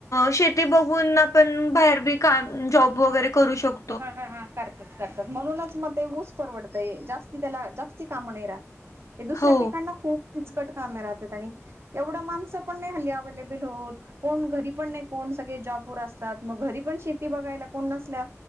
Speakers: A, on the left; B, on the right.
A: शेती उ बघून पण बाहेर बी काम जॉब वगैरे करू शकतो.
B: हा-ह-हा करतात-करतात म्हणूनच मग ते ऊस परवडतंय. जास्ती त्याला जास्ती काम नाही राहत. हे दुसऱ्या
A: हो
B: पिकांना खूप कीचकट कामे राहतात आणि एवढं माणसं पण नाही हल्ली अवेलेबल होत. कोण घरी पण नाही. कोण सगळे जॉब वर, मग घरी पण शेती बघायला कोण नसल्या